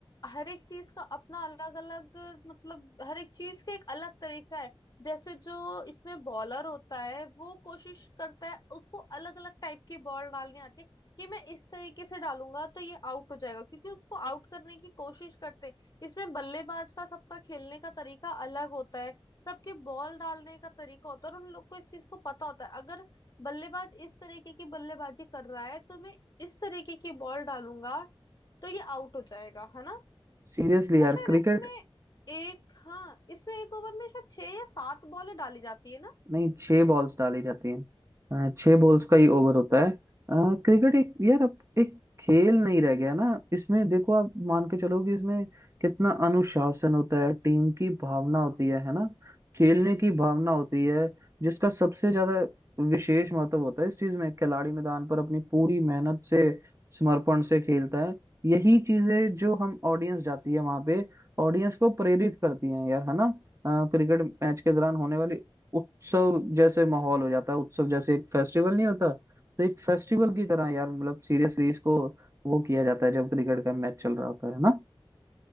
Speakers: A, on the left (about 45°); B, on the right (about 30°).
A: हर एक चीज का अपना अलग अलग मतलब हर एक चीज का एक अलग तरीका है जैसे जो इसमें बॉलर होता है वो कोशिश करता है उसको अलग अलग टाइप की बॉल डालनी आती है कि मैं इस तरीके से डालूंगा तो ये आउट हो जाएगा क्योंकि उसको आउट करने की कोशिश करते हैं इसमें बल्लेबाज का सबका खेलने का तरीका अलग होता है सबके बॉल डालने का तरीका होता है और उन लोग को इस चीज को पता होता है अगर बल्लेबाज इस तरीके की बल्लेबाजी कर रहा है तो मैं इस तरीके की बॉल डालूंगा तो ये आउट हो जाएगा है ना
B: सीरियसली
A: और
B: यार
A: शायद
B: क्रिकेट
A: इसमें एक हाँ इसमें एक ओवर में शायद छह या सात बॉल डाली जाती है ना
B: नहीं छह बॉल्स डाली जाती हैं अ, छह बॉल्स का ही ओवर होता है अ, क्रिकेट एक यार अब एक खेल नहीं रह गया ना इसमें देखो आप मान के चलो कि इसमें कितना अनुशासन होता है टीम की भावना होती है है ना खेलने की भावना होती है जिसका सबसे ज्यादा विशेष महत्व होता है इस चीज में खिलाड़ी मैदान पर अपनी पूरी मेहनत से समर्पण से खेलता है यही चीजें जो हम ऑडियंस जाती है वहां पे ऑडियंस को प्रेरित करती हैं यार है ना अ, क्रिकेट मैच के दौरान होने वाली उत्सव जैसे माहौल हो जाता है उत्सव जैसे एक फेस्टिवल नहीं होता तो एक फेस्टिवल की तरह यार मतलब सीरियसली इसको वो किया जाता है जब क्रिकेट का मैच चल रहा होता है ना